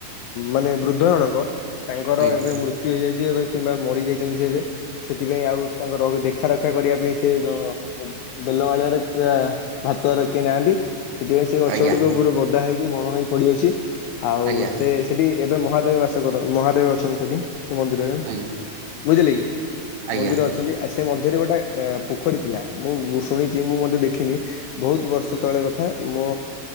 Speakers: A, on the left; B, on the right.
A: ମାନେ ବୃଦ୍ଧ ଜଣଙ୍କ ତାଙ୍କର
B: ଆଜ୍ଞା
A: ଏବେ ମୃତ୍ୟୁ ହେଇଯାଇଛି ଏବେ କିମ୍ବା ମରି ଯାଇଛନ୍ତି ସେ ଏବେ ସେଥିପାଇଁ ଆଉ ତାଙ୍କ ରଗ ଦେ କ୍ଷା ରକ୍ଷା କରିବା ପାଇଁ ସେ ଯ ବେଲବାଳିଆ ରେ କିଏ ଭାତୁଆରେ କିି ନାହାଁନ୍ତି। ସେଥିପାଇଁ ସେ ଗଛ
B: ଆଜ୍ଞା
A: ଗୁଡିକ ପୁରା ବଦା ହେଇକି ବଣ ହେଇ ପଡିଅଛି ଆଉ
B: ଆଜ୍ଞା
A: ସେ ସେଠି ଏବେ ମହାଦେବ ବାସ କର ମହାଦେବ ଅଛନ୍ତି ସେଠି ସେ ମନ୍ଦିରରେ
B: ଆଜ୍ଞା
A: ବୁଝିଲେ କି?
B: ଆଜ୍ଞା
A: ମନ୍ଦିର ଅ ଛନ୍ତି ଆ ସେ ମଧ୍ୟରେ ଗୋଟାଏ ଏ ପୋଖରୀ ଥିଲା ମୁଁ ଶୁଣିଛି ମୁଁ ମଧ୍ୟ ଦେଖିନି ବହୁତ ବର୍ଷ ତ ତଳେ କଥା ମୋ